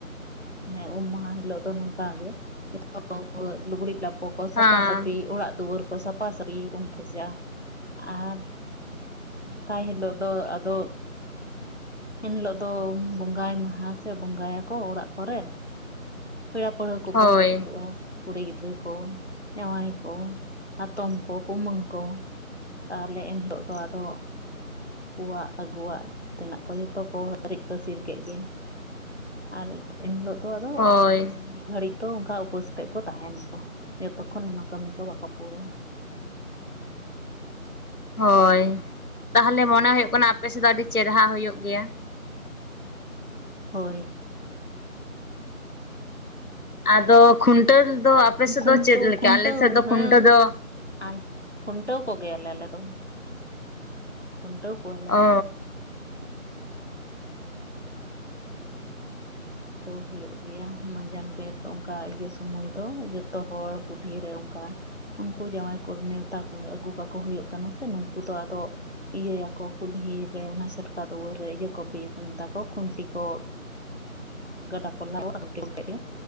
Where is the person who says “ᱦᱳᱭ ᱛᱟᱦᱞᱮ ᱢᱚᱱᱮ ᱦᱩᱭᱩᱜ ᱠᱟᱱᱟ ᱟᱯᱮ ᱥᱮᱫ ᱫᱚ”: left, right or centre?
Left